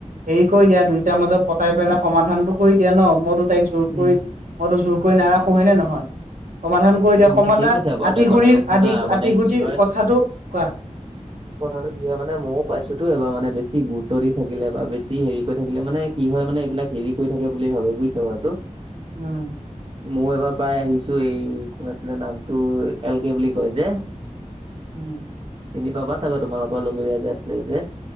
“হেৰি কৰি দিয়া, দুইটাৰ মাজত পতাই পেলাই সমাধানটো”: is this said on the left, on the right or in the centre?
Right